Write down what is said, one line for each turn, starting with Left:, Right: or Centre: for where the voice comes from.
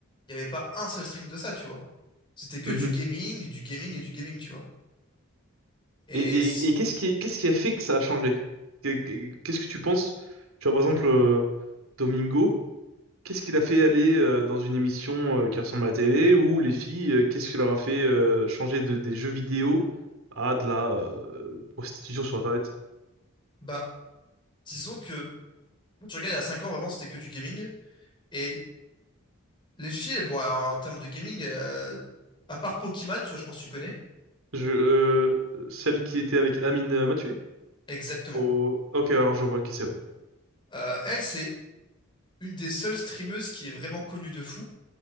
Left: il n'y avait pas un seul stream de ça, tu vois. C'était que
Right: Mhm.
Left: du gaming, du gaming et du gaming, tu vois. Et
Right: Et, et,
Left: c-
Right: et qu'est-ce qui, qu'est-ce qui a fait que ça a changé? Que- que- Qu'est-ce que tu penses? Tu vois, par exemple, euh, Domingo, qu'est-ce qu'il a fait aller euh, dans une émission euh, qui ressemble à la télé ou les filles, euh, qu'est-ce qui leur a fait euh, changer de, des jeux vidéo à de la euh, prostitution sur Internet?
Left: bah, disons que bah, tu regardes il y a 5 ans, vraiment, c'était que du gaming. Et les filles, bon, alors, en termes de gaming, euh, à part Pokémon, tu vois, je pense que tu connais.
Right: Je, euh, celle qui était avec Amine euh, Mathieu?
Left: Exactement.
Right: Oh, Ok, alors je vois qui c'est, ouais.
Left: Euh, elle, c'est une des seules streameuses qui est vraiment connue de fou.